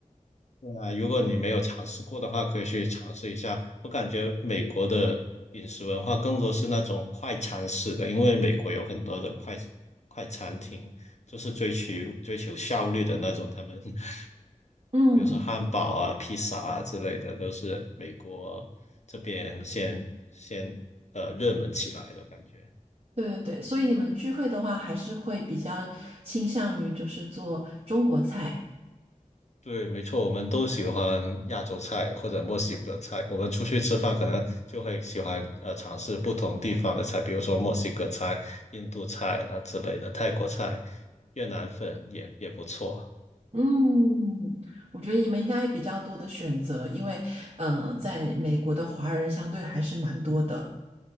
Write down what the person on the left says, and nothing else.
对啊，如果你没有尝试过的话，可以去尝试一下。我感觉美国的饮食文化更多是那种快餐式的，因为美国有很多的快快餐厅，就是追求追求效率的那种。他们 <laughs>
比如说汉堡啊、披萨啊之类的，都是美国这边先先呃热门起来的感觉。
对，没错，我们都喜欢亚洲菜或者墨西哥菜。我们出去吃饭可能就会喜欢呃尝试不同地方的菜，比如说墨西哥菜、印度菜啊、之类的，泰国菜、越南粉也也不错。